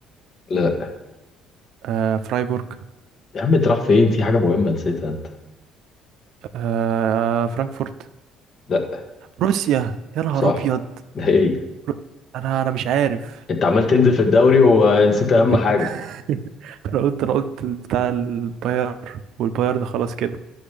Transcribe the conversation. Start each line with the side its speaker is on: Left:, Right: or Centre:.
Left: لا
Right: آه، فرايبورغ
Left: يا عم انت رايح فين في حاجه مهمه نسيتها انت
Right: آه، فرانكفورت
Left: لا
Right: روسيا يا نهار
Left: صح
Right: ابيض
Left: ده ايه
Right: رو- انا انا مش عارف
Left: انت عمال تنزل في الدوري ونسيت اهم حاجه
Right: <laughs> انا قلت انا قلت بتاع الباير والبايرن خلاص كده